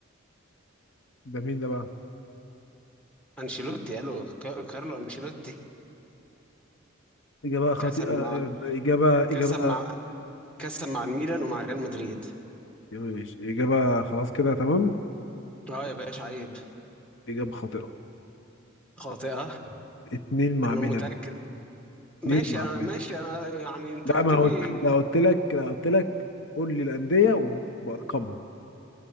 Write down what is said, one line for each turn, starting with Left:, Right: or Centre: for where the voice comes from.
Left: ده مين ده بقى
Centre: انشيلوتي الو ك- كارلو انشيلوتي
Left: اجابه خطيئه
Centre: كسب مع
Left: آه، اجابه اجابه
Centre: كسب مع كسب مع الميلان ومع ريال مدريد
Left: ماشي إجابة خلاص كده تمام
Centre: اه يا باشا عيب
Left: إجابة خاطئة
Centre: خاطئة
Left: اتنين مع
Centre: انا
Left: ميلان
Centre: متأكد ماشي
Left: اتنين مع
Centre: انا
Left: ميلان
Centre: ماشي انا يعني انت
Left: لا
Centre: قلت
Left: ما
Centre: لي
Left: قلت لا قلت لك لا قلت لك قول لي الأندية وبأرقامها